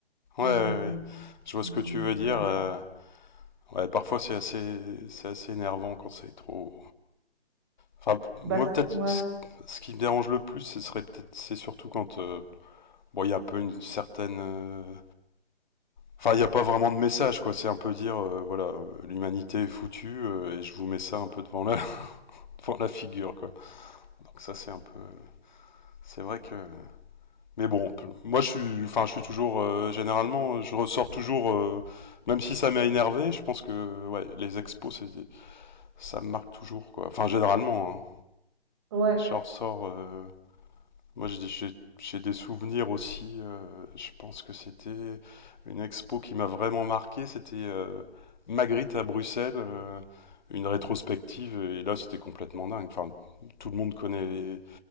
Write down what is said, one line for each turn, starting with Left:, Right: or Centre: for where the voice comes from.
Left: Ouais,
Right: euh,
Left: ouais, ouais. je
Right: qui,
Left: vois ce que tu veux dire.
Right: ouais.
Left: euh. Ouais, parfois c'est assez c'est assez énervant quand c'est trop. Enfin, p- moi
Right: Bah, c-
Left: peut-être
Right: ouais.
Left: ce- ce qui me dérange le plus, ce serait peut-être c'est surtout quand euh, bon, il y a un peu une certaine euh, Enfin, il n'y a pas vraiment de message, quoi. C'est un peu dire, euh, voilà, euh, l'humanité est foutue euh, et je vous mets ça un peu devant la, <laughs> devant la figure, quoi. Donc ça, c'est un peu, c'est vrai que. Mais bon, moi, je suis, enfin, je suis toujours, euh, généralement, je ressors toujours, euh, même si ça m'a énervé. Je pense que, ouais, les expos, c'est, ça me marque toujours, quoi. Enfin, généralement, hein.
Right: Ouais,
Left: je ressors. euh, Moi, j'ai- j'ai j'ai des souvenirs aussi. euh, je pense que c'était une expo qui m'a vraiment marqué. C'était euh, Magritte à Bruxelles, euh, une rétrospective. Et là, c'était complètement dingue. Enfin, tout le monde connaît